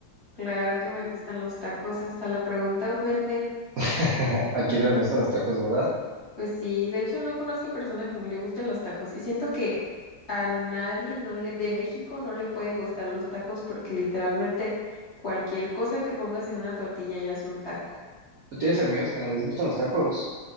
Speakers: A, on the left (about 40°); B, on the right (about 65°).
A: Claro que me gustan los tacos, hasta la pregunta ofende.
B: <laughs> ¿A quién no le gustan los tacos, verdad?
A: Pues sí, de hecho no conozco persona que no le gusten los tacos y siento que a nadie no le de México no le pueden gustar los tacos porque literalmente cualquier cosa que pongas en una tortilla ya es un taco.
B: ¿Tú tienes amigos que no les gustan los tacos?